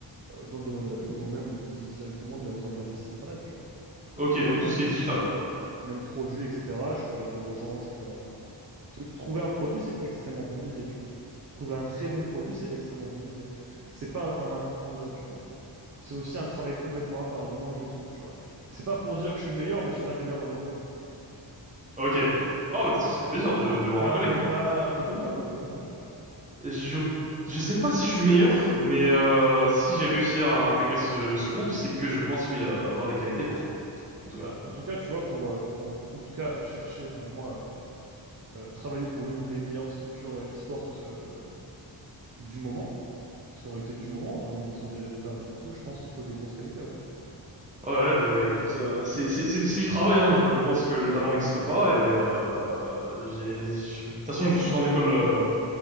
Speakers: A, on the right; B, on the right.
A: vois. Euh, dans le domaine de la pub ou même di- directement de la mise en page des sites internet, tu vois.
B: Ok, donc tout ce qui est digital.
A: même produit, etc., je pourrais dire aux gens, je pourrais... euh, parce que trouver un produit, c'est extrêmement compliqué, tu vois. Trouver un très bon produit, c'est extrêmement compliqué. C'est pas en un claquement de doigts, tu vois. C'est aussi un travail complètement à part, du moins que je trouve, tu vois. C'est pas pour dire que je suis le meilleur, mais je suis l'un des meilleurs dans mon domaine.
B: Ok. Oh, bah, de toute façon, ça fait plaisir de, de voir
A: Bah,
B: un collègue.
A: un peu, bah, un peu comme toi, quoi, concrètement, tu vois.
B: Je, je sais pas si je suis le meilleur, mais euh, si j'ai réussi à intégrer ce, ce groupe, c'est que je pense, oui, à avoir les qualités pour. en tout cas.
A: Bah, en tout cas, tu vois, pour, euh, pour en tout en tout cas chercher, enfin, du moins, euh, euh, travailler pour l'une des meilleures structures euh, e-sport euh, du moment, parce qu'en réalité, du moment, hein, ils ont des résultats un peu partout, je pense qu'il faut des grosses qualités, ouais.
B: Ouais, bah écoute,
A: Bon.
B: euh, c'est c'est c'est du c'est du travail, hein. Je pense que le talent n'existe pas et euh, euh, j'ai je- de toute façon je suis dans l'école euh,